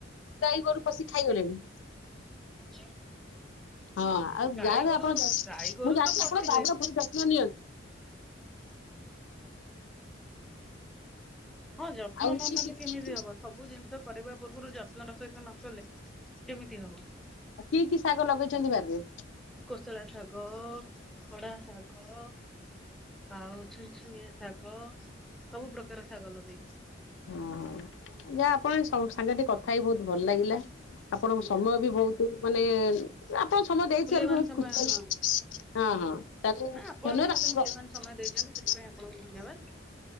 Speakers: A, on the left; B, in the centre.
A: ଗାଈ ଗୋରୁ ପଶିକି ଖାଇଗଲେଣି।
B: ଅଛି।
A: ହଁ ଆଉ
B: ଗାଈ
A: ଯାହା ହେଲେ
B: ଗୋରୁ
A: ଆପଣ ମୁଁ
B: ଗାଈ ଗୋରୁ
A: ଜାଣିଛି
B: ତ ପଶିବେ।
A: ଆପଣ ବାରିର ବହୁତ ଯତ୍ନ ନିଅନ୍ତି।
B: ହଁ ଯତ୍ନ
A: ଆଉ
B: ନ
A: କି
B: ନେଲେ କେମିତି ହବ ସବୁ ଜିନିଷ କରିବା ପୂର୍ବରୁ ଯତ୍ନ ର ସହିତ ନ କଲେ କେମିତି ହବ?
A: କି କି ଶାଗ ଲଗେଇଛନ୍ତି ବାରିରେ?
B: କୋଷଳା ଶାଗ ଖଡ଼ା ଶାଗ ଆଉ ଛୁନଛୁନିଆ ଶାଗ ସବୁ ପ୍ରକାରର ଶାଗ ଲଗେଇଛି।
A: ଓହୋ ଯା ଆପଣ ସଙ୍ଗ ସାଙ୍ଗେରେ ଟିକେ କଥା ହେଇ ବହୁତ ଭଲ ଲାଗିଲା। ଆପଣଙ୍କ ସମୟ
B: ହୁଁ
A: ବି ବହୁତ ମାନେ ଆପଣ ସମୟ ଦେଇଥିବାର
B: ମୂଲ୍ୟବାନ
A: ବହୁତ
B: ସମୟ
A: ଖୁସି
B: ହଁ
A: ହଁ
B: ହୁଁ।
A: ହଁ ତାହେଲେ
B: ନା ଆପଣ
A: ଧନ୍ୟବାଦ
B: ବି ମତେ
A: ଆପଣଙ୍କ
B: ମୂଲ୍ୟବାନ ସମୟ ଦେଇଛନ୍ତି ସେଥିପାଇଁ ଆପଣଙ୍କୁ ଧନ୍ୟବାଦ।